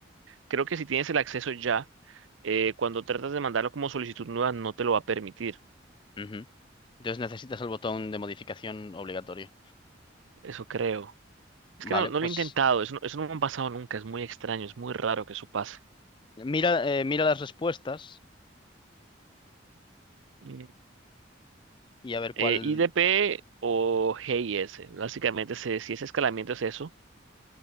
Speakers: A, on the right; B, on the left.
A: creo que si tienes el acceso ya, eh, cuando tratas de mandarlo como solicitud nueva, no te lo va a permitir.
B: Ujú. Entonces necesitas el botón de modificación obligatorio.
A: Eso creo. Es
B: Vale,
A: que no, no
B: pues
A: lo he intentado, eso no, eso no me ha pasado nunca, es muy extraño, es muy raro que eso pase.
B: mira, eh, mira las respuestas
A: Mm.
B: y a ver
A: Eh,
B: cuál,
A: IDP o GIS, básicamente se- si ese escalamiento es eso,